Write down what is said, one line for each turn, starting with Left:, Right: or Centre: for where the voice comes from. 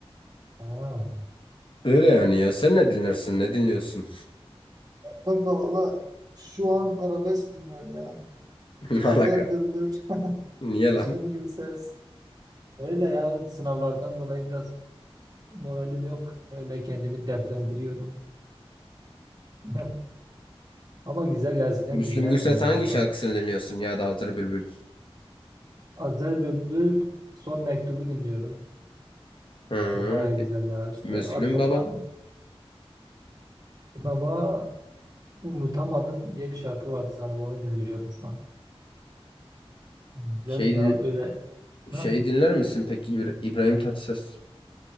Right: Ha.
Left: Öyle yani ya. Sen ne dinlersin? Ne dinliyorsun?
Right: Kanka valla şu an arabesk dinliyorum ya.
Left: <laughs> Ne
Right: Azer
Left: alaka?
Right: Bülbül, <laughs>
Left: Niye
Right: Müslüm
Left: lan?
Right: Gürses. Öyle ya sınavlardan dolayı biraz moralim yok. Öyle kendimi dertlendiriyorum. <laughs> Ama güzel ya dinlerdim
Left: Müslüm Gürses
Right: yani.
Left: hangi şarkısını
Right: Bazı-
Left: dinliyorsun ya da Hazır Bülbül?
Right: Azer Bülbül Son Mektubu dinliyorum.
Left: Hı,
Right: O baya güzel ya. İşte
Left: Müslüm
Right: arka
Left: baba.
Right: plan baba unutamadım diye bir şarkı vardı sanırım onu dinliyorum şu an. Güzeldi
Left: Şey
Right: ya
Left: din-
Right: böyle.
Left: Şeyi
Right: Heh.
Left: dinler misin peki İbra- İbrahim Tatlıses?